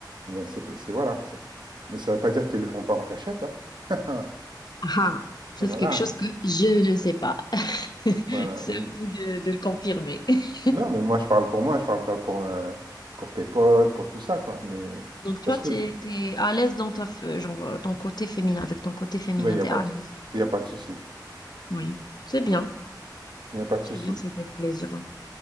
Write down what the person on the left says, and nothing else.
Ah, ça
c'est quelque chose que je ne sais pas. <laughs>
C'est
à vous de, de le confirmer. <laughs>
Donc toi,
tu
es, à l'aise dans ta, f- genre, euh, ton côté féminin, avec ton côté féminin,
t'es
à
l'aise.
Oui, c'est bien.
C'est bien, ça fait plaisir.